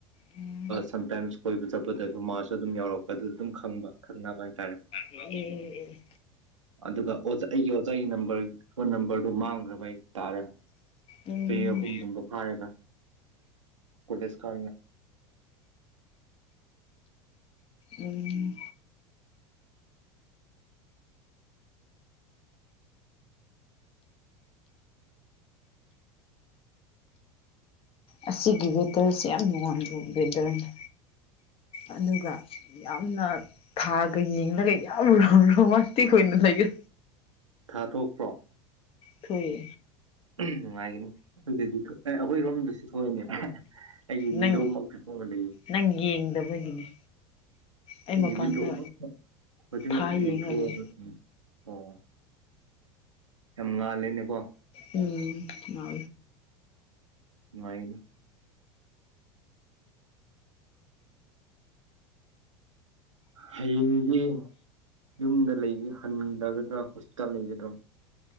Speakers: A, on the left; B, on the right.
A: ꯎꯝ
B: ꯁꯝꯇꯥꯏꯝꯁ ꯀꯣꯏꯕ ꯆꯠꯄꯗ ꯑꯗꯨ ꯃꯥꯁꯨ ꯑꯗꯨꯝ ꯌꯥꯎꯔꯛꯄ ꯑꯗꯨꯗ ꯑꯗꯨꯝ ꯈꯪꯕ ꯈꯪꯅꯕ ꯍꯥꯏꯔꯦ
A: ꯎꯝ ꯎꯝ
B: ꯑꯗꯨꯒ ꯑꯩꯒꯤ ꯑꯣꯖꯥꯒꯤ ꯅꯝꯕꯔ ꯐꯣꯟ ꯅꯝꯕꯔꯗꯨ ꯃꯥꯡꯈ꯭ꯔꯕ ꯍꯥꯏ ꯇꯥꯔꯦ
A: ꯎꯝ
B: ꯄꯦ ꯑꯍꯨꯝꯒꯨꯝꯕ ꯐꯥꯔꯒ ꯈꯨꯗꯦꯁ ꯀꯥ
A: ꯎꯝ ꯑꯁꯤꯒꯤ ꯋꯦꯗꯔꯁꯤ ꯌꯥꯝ ꯅꯨꯡꯉꯡꯕ ꯋꯦꯗꯔꯅꯤ ꯑꯗꯨꯒ ꯌꯥꯝꯅ ꯊꯥꯒ ꯌꯦꯡꯂꯒ ꯌꯥꯝ ꯔ ꯔꯣꯃꯇꯤ ꯑꯣꯏꯅ ꯂꯩꯒ
B: ꯊꯥꯊꯣꯛꯄ꯭ꯔꯣ
A: ꯊꯑ
B: ꯅꯨꯡꯉꯥꯏꯒꯅꯤ ꯑꯩꯈꯣꯏꯗꯤ ꯑꯩꯈꯣꯏꯔꯣꯝꯗꯁꯨ ꯊꯣꯛꯑꯏꯅꯦ ꯑꯩ ꯌꯨꯕꯤꯟꯗ
A: ꯅꯪ
B: ꯈꯩ ꯂꯩ
A: ꯅꯪ ꯌꯦꯡꯗꯕꯒꯤꯅꯦ ꯑꯩ
B: ꯑꯩꯒꯤ
A: ꯃꯄꯥꯟꯗ
B: ꯚꯤꯟꯗꯣ ꯑꯃ ꯍꯧꯖꯤꯛꯃꯛ
A: ꯊꯥ
B: ꯌꯦꯡꯊꯣꯛꯑꯒ
A: ꯌꯦꯡꯉ ꯂꯩ
B: ꯑꯣ ꯌꯥꯝ ꯉꯥꯜꯂꯦꯅꯦꯀꯣ
A: ꯎꯝ ꯃꯥ
B: ꯉꯅ ꯍꯌꯦꯡꯗꯤ ꯌꯨꯝꯗ ꯂꯩ ꯍꯟꯂꯒꯗ꯭ꯔꯥ ꯍꯣꯁꯄꯤꯇꯥꯜ ꯂꯩꯒꯗ꯭ꯔꯥ